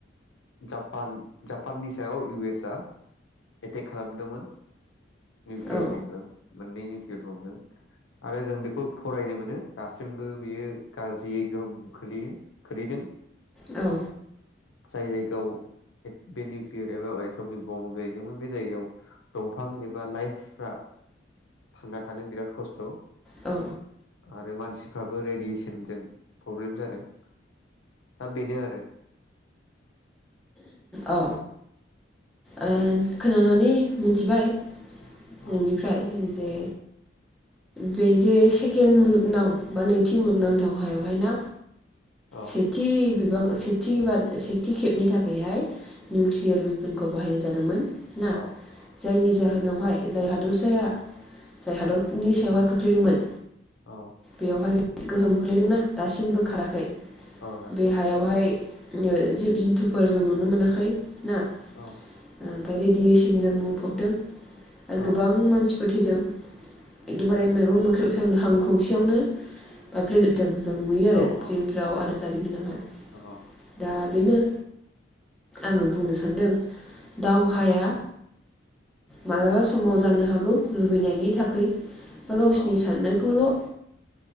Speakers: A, on the left; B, in the centre.
A: जापान जापाननि सायाव इउ एस आ एटेक खालामदोंमोन निउकलियार
B: औ
A: बमजों मोननै निउकलियार बमजों आरो जों बेखौ फरायनो मोनो दासिमबो बियो गाज्रियै गोहोम खोलैयो खोलैदों
B: औ
A: जाय जायगायाव बे निउकलियर एबा एट'मिक बम्ब गै बे जायगायाव दंफां एबा लाइफफ्रा थांना थानो बिराद खस्थ'
B: औ
A: आरो मानसिफ्राबो रेडियेसनजों प्रब्लेम जादों दा बेनो आरो
B: ओ ओ खोनानानै मोनथिबाय नोंनिफ्राय
A: औ
B: जे बे जे सेकेणड मुलुगनाव बा नैथि मुलुगनां दावहायावहाय ना
A: औ
B: सेथि बिबां सेथि एबा सेथि खेबनि थाखायहाय निउक्लियार बेफोर खौ बाहायनाय जादोंमोन ना
A: औ
B: जायनि जाहोनावहाय जाय हादरसाया जाय हादरनि सायावहाय खोख्लैदोंमोन
A: औ
B: बेयावहाय गोहोम बोख्लैदोंना दासिमबो खाराखै
A: औ दासिमबो
B: बे हायावहाय जिब जुन्थुफोर जों नुनो मोनाखै ना
A: औ
B: ओमफ्राय रेडियेसनजों बुंफबदों आरो
A: औ
B: गोबां मानसि थैदों एखदमबारे मैगं मोख्रबं हां खंसेयावनो बायफ्लेेजोबदों जों नुयो आरो
A: औ औ
B: फिल्मफ्राव आरो जारिमिनावहाय
A: औ
B: दा बेनो आङो बुंनो सानदों दावहाया मालाबा समाव जानो हागौ लुबैनायनि थाखै बा गावसिनि
A: औ
B: साननायखौल' ओ